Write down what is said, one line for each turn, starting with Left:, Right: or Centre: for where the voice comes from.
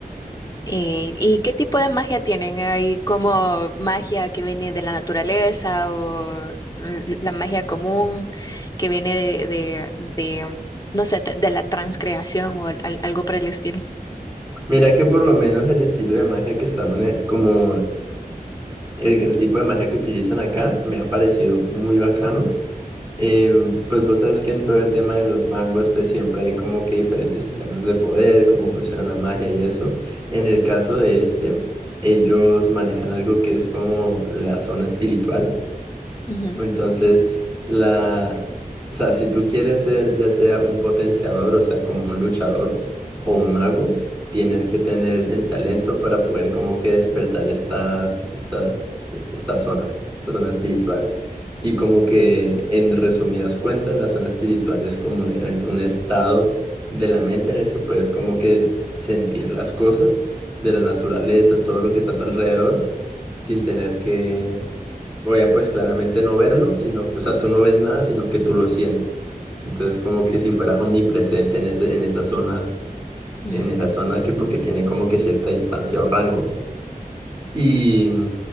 Left: ¿Y, y qué tipo de magia tienen? ¿Hay como magia que viene de la naturaleza o l- la magia común que viene de, de, de, no sé, de la transcreación o al- algo por el estilo?
Right: Mira que por lo menos el estilo de magia que están, mane- como el, el tipo de magia que utilizan acá, me ha parecido muy bacano Em, pues vos sabes que en todo el tema de los manguas, pues siempre hay como que diferentes sistemas de poder, cómo funciona la magia y eso. En el caso de este, ellos manejan algo que es como la zona espiritual.
Left: Ujú.
Right: Entonces, la, o sea, si tú quieres ser ya sea un potenciador, o sea, como un luchador o un mago, tienes que tener el talento para poder como que despertar estas, esta, esta zona, esta zona espiritual. Y como que en resumidas cuentas, la zona espiritual es como un, un- un estado de la mente en el que puedes como que sentir las cosas de la naturaleza, todo lo que está a tu alrededor, sin tener que Obviamente, pues claramente no verlo, sino, o sea, tú no ves nada, sino que tú lo sientes. Entonces, como que si fueras omnipresente en ese, en esa zona,
Left: Mm.
Right: en esa zona que porque tiene como que cierta distancia o rango. Y,